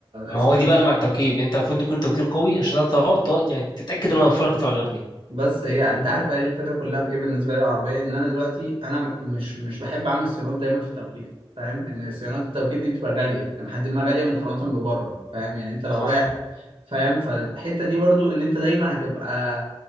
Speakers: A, on the left (about 55°); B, on the right (about 70°).
A: ما
B: اسمه
A: هو دي
B: ايه ده
A: بقى مع التوكيل انت المفروض يكون توكيل قوي عشان تعرف تق- تق- يعني تتاكد ان هو يوفر لك قطع غير دي
B: بس هي انت عارف ايه الفكره كلها في ايه بالنسبه لي العربيه ان انا دلوقتي انا مش مش بحب اعمل صيانات دايما في التوكيل فاهم ان صيانات التوكيل دي بتبقى غاليه من حد ما غاليه مقارنه ببره فاهم يعني انت لو
A: صح
B: رايح فاهم فالحته دي برضو ان انت دايما هتبقى